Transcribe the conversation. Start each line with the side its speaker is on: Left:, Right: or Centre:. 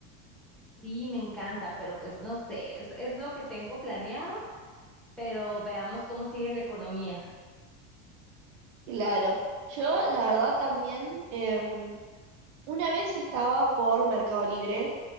Centre: Sí, me encanta, pero pues no sé, es, es lo que tengo planeado, pero veamos cómo sigue la economía.
Right: Claro, yo la verdad también em, una vez estaba por Mercado Libre